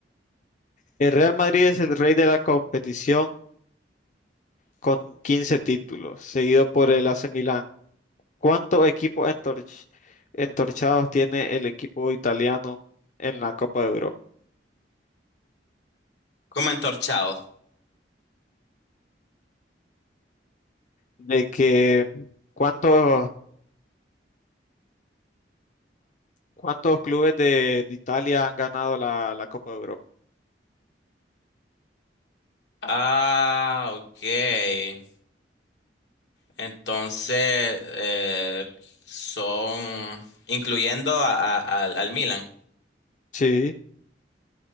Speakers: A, on the left; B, on the left.
A: El Real Madrid es el rey de la competición con 15 títulos, seguido por el AC Milan. ¿Cuántos equipos entorch- entorchados tiene el equipo italiano en la Copa de Europa?
B: Como entorchado.
A: De que cuántos, cuántos clubes de, de Italia han ganado la, la Copa de Europa.
B: Ah, ok. Entonces, eh, son incluyendo a- a- al, al Milan.
A: Sí,